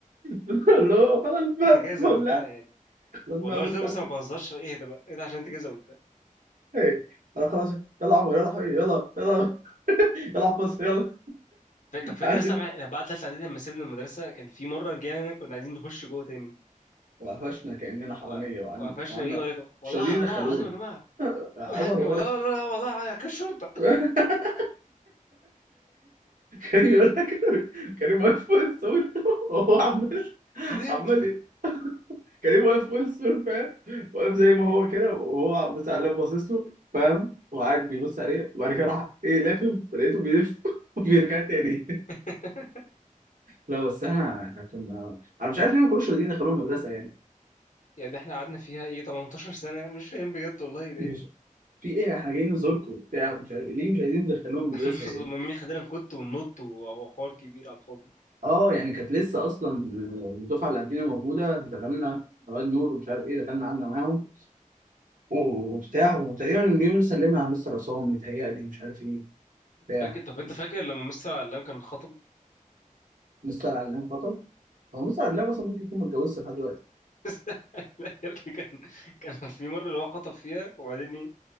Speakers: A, on the right; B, on the left.
A: بقول له خلاص بقى
B: انت كده زودتها
A: بقول لا
B: يعني
A: خلاص
B: والله
A: بقى
B: قلت
A: ما ينفعش
B: له بس ما بهزرش اهدى بقى اهدى عشان انت كده زودتها
A: ايه انا خلاص يلا يا عمر يلا يا حبيبي يلا يلا يلا فصل يلا
B: ف- طب فاكر
A: عادي
B: اصلا بعد ثالثه اعدادي لما سيبنا المدرسه كان في مره رجعنا كنا عايزين نخش جوه تاني
A: وقفشنا كاننا حراميه
B: و-
A: وقعدنا
B: وقفشنا
A: وقعدنا
B: ايه وقال لك والله
A: مش راضيين
B: والله
A: يدخلوني
B: العظيم يا جماعه
A: عمر
B: والله العظيم والله والله والله والله كان شرطه
A: <laughs> <laughs> كريم يقول لك كريم واقف فوق السور <laughs> وهو عمال
B: كريم
A: عمال ي- كريم واقف فوق السور فاهم واقف زي ما هو كده وهو بتاع اللاب باصص له فاهم وقاعد بيبص عليه وبعد كده راح ايه لافف لقيته بيلف <laughs> وبيرجع تاني
B: <laughs>
A: لا بس احنا احنا كنا انا مش عارف ليه ما كانوش راضيين يدخلوهم المدرسه يعني
B: يعني احنا قعدنا فيها ايه 18 سنه مش فاهم بجد والله ده
A: مش
B: إيه
A: في ايه احنا جايين نزوركم وبتاع مش عارف ليه مش عايزين تدخلوهم المدرسه
B: <laughs>
A: يعني
B: مين خلينا نكت وننط وهو حوار كبير على الفاضي
A: اه يعني كانت لسه اصلا آه، الدفعه اللي قبلنا موجوده دخلنا رواد نور ومش عارف ايه دخلنا قعدنا معاهم وبتاع وتقريبا اليوم اللي سلمنا على مستر عصام متهيألي مش عارف ايه بتاع
B: فاكر طب انت
A: مس-
B: فاكر لما مستر علام كان خطب
A: مستر علام خطب هو مستر علام اصلا ممكن يكون متجوزش لحد دلوقتي
B: <laughs> لا يا ابني كان كان في مره اللي هو خطب فيها وبعدين ايه